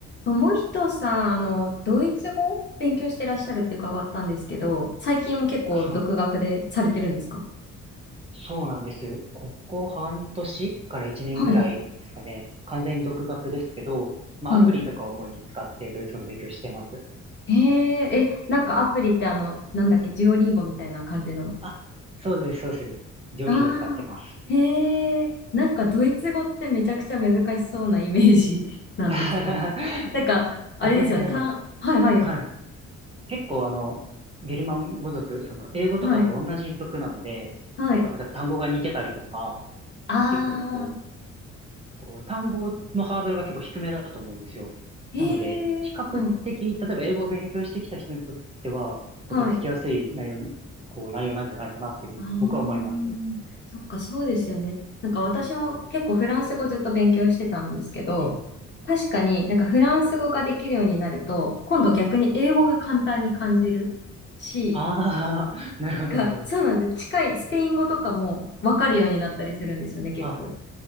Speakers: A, on the left; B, on the right.
A: 友人さん、あの、ドイツ語を勉強してらっしゃるって伺ったんですけど、最近も結構独学でされてるんですか
B: あ、そうなんです。そうなんです。ここ半年から1年ぐらいですかね。
A: はい、
B: 完全に独学ですけど、まあアプリとかを主に使ってドイツ語の勉強してます。
A: はい。へえ、え、なんかアプリってあの、なんだっけ、デュオリンゴみたいな感じの。
B: あ、そうです、そうです。ジオリンゴ使ってます。
A: ああ、へえ、なんかドイツ語ってめちゃくちゃ難しそうなイメージ <laughs> なんですよね。
B: <laughs>
A: なんか、あれですよね、
B: あ、でも、
A: 単はい、はい、
B: はい。結構あの、ゲルマン語族、その英語とかと同じ族なので、
A: はい、はい。
B: 結構例えば単語が似てたりとか、
A: ああ、
B: 結構ね、ここう、単語のハードルが結構低めだと思うんですよ。
A: へ
B: なので、比較的、
A: え、はい、
B: 例えば英語を勉強してきた人にとっては、こう、
A: はい。
B: とっつきやすい内容、こう、内容なんじゃないかなっていうふうに僕は思います。
A: ああ、
B: うん
A: そっか、そうですよね。なんか私も結構フランス語ずっと勉強してたんですけど、
B: うん。
A: 確かになんかフランス語ができるようになると、今度逆に英語が簡単に感じるし、
B: ああ、<laughs> なるほど、
A: なんかそうなんです。
B: なるほど。
A: 近いスペイン語とかもわかるようになったりするんですよね、結構。
B: あ、